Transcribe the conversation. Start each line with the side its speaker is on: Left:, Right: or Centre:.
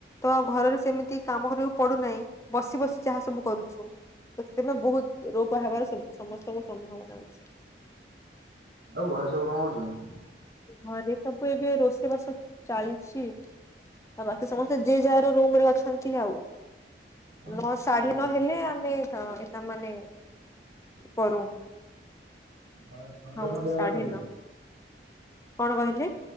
Left: ତ ଆଉ ଘରରେ ସେମିତି କାମ କରିବାକୁ ପଡୁନାହିଁ। ବସି ବସି ଯାହା ସବୁ କରୁଚୁ। ତ ସେଥିପାଇଁ ବହୁତ ରୋଗ ହେବାର ସମସ୍ତଙ୍କୁ ସମ୍ଭାବନା ଅଛି।
Right: ଆଉ ଘରେ ସବୁ କଣ କରୁଛନ୍ତି?
Left: ଘରେ ସବୁ ଏବେ ରୋଷେଇ ବାସ ଚାଲିଚି। ଆଉ ବାକି ସମସ୍ତେ ଯେ ଯାହାର ରୁମ ରେ ଅଛନ୍ତି ଆଉ।
Right: ହଁ
Left: ନଅ ସାଢେ
Right: ଦେ
Left: ନଅ ହେଲେ ଆମେ ଏଟା ମାନେ କରୁ।
Right: <unintelligible>
Left: ହଁ ସାଢେ
Right: କେମିତି।
Left: ନଅ କଣ କହିଲେ?